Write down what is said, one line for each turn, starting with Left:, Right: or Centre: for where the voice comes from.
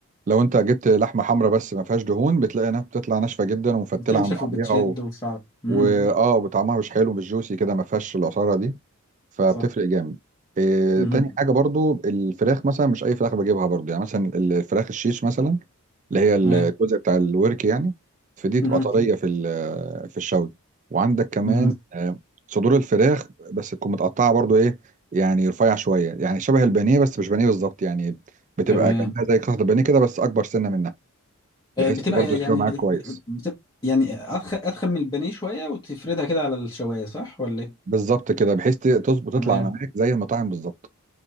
Right: لو انت جبت لحمه حمراء بس ما فيهاش دهون بتلاقي انها بتطلع ناشفه جدا ومفتله
Left: بتنشف
Right: عن بعضها
Left: وبتشد
Right: و...
Left: وصعب امم
Right: واه طعمها مش حلو مش جوسي كده ما فيهاش العصاره دي فبتفرق
Left: صح
Right: جامد إيه
Left: مهم.
Right: تاني حاجة برضو الفراخ مثلا مش أي فراخ بجيبها برضو يعني مثلا الفراخ الشيش مثلا اللي هي الجزء
Left: تمام
Right: بتاع الورك يعني فدي تبقى
Left: مهم.
Right: طرية في ال- في الشوي وعندك كمان
Left: مهم.
Right: آه، صدور الفراخ بس تكون متقطعة برضو إيه يعني رفيع شوية يعني شبه البانيه بس مش بانيه بالظبط يعني بتبقى
Left: تمام
Right: كأنها زي قطعة البانيه كده بس أكبر سنة منها بحيث
Left: آه، بتبقى
Right: برضو تستوي
Left: يعني
Right: معاك كويس
Left: بتبقى يعني أضخم أضخم من البانيه شوية وتفردها كده على الشواية صح ولا إيه؟
Right: بالظبط كده بحيث تظبط تطلع
Left: تمام
Right: معاك زي المطاعم بالظبط